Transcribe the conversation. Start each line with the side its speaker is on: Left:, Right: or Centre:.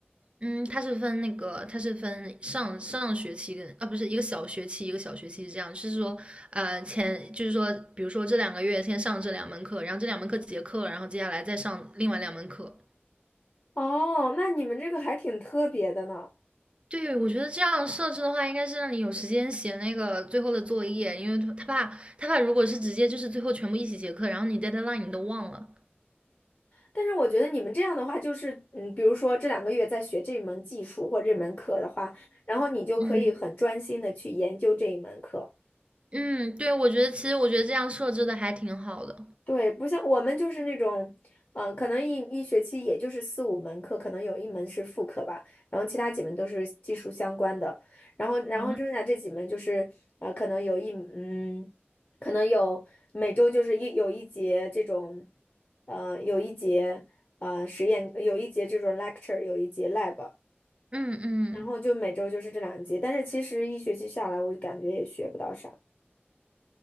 Right: 嗯，它是分那个，它是分上上学期跟啊，不是一个小学期一个小学期是这样，就是说，呃，前就是说，比如说这两个月先上这两门课，然后这两门课结课，然后接下来再上另外两门课。
Left: 哦，那你们这个还挺特别的呢。
Right: 对，我觉得这样设置的话，应该是让你有时间写那个最后的作业，因为他他怕他怕如果是直接就是最后全部一起结课，然后你 deadline 你都忘了。
Left: 但是我觉得你们这样的话，就是嗯，比如说这两个月在学这门技术或这门课的话，然后你就可以很专心的去研究这一门课。
Right: 嗯嗯，对，我觉得其实我觉得这样设置的还挺好的。
Left: 对，不像我们就是那种，嗯、可能一一学期也就是四五门课，可能有一门是副课吧，然后其他几门都是技术相关的，然后然后剩下这几门就是，
Right: 啊，
Left: 呃，可能有一嗯，可能有每周就是一有一节这种，呃，有一节呃实验，有一节这种 lecture，有一节 lab，
Right: 嗯嗯。
Left: 然后就每周就是这两节，但是其实一学期下来，我就感觉也学不到啥。